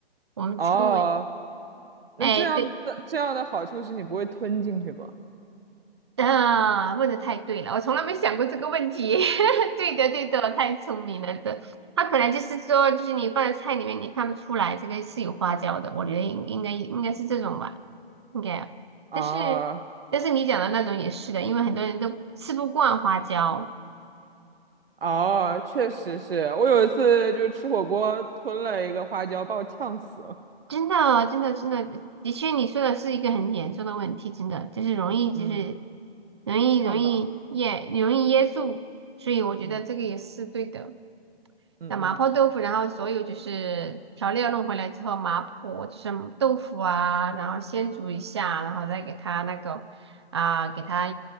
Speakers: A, on the right; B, on the right.
A: 我们称为
B: 哦那这样的这样的好处是你不会吞进去吗？
A: 哎对啊，问的太对了，我从来没想过这个问题。<laughs> 对的对的，太聪明了的。它可能就是说，就是你放在菜里面，你看不出来这个是有花椒的，我觉得应应该应该是这种吧，应该。
B: 啊
A: 但是但是你讲的那种也是的，因为很多人都吃不惯花椒。
B: 啊，确实是我有一次就是吃火锅吞了一个花椒，把我呛死了。
A: 真的哦，真的，真的，的确，你说的是一个很严重的问题，真的就是容易，就是
B: 嗯，
A: 容易容易噎，
B: 呛到。
A: 容易噎住，所以我觉得这个也是对的。
B: 嗯嗯嗯。
A: 那麻婆豆腐，然后所有就是调料弄回来之后，麻婆就是豆腐啊，然后先煮一下，然后再给它那个啊，给它